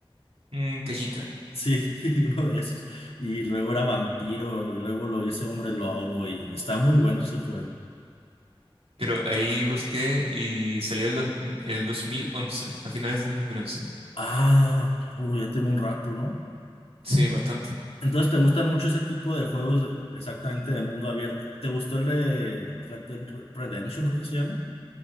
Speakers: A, on the right; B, on the left.
A: Un callita.
B: Sí, <laughs> uno de esos. Y luego era vampiro, y luego lo hice hombre lobo, y está muy bueno ese juego.
A: Pero ahí busqué y salió el, dos- el 2011, a finales del 2011.
B: Ah, uy, ya tiene un rato, ¿no?
A: Sí, bastante.
B: Entonces, ¿te gustan mucho ese tipo de juegos de- exactamente de mundo abierto? ¿Te gustó el de Red Dead Re- Redemption, creo que se llama?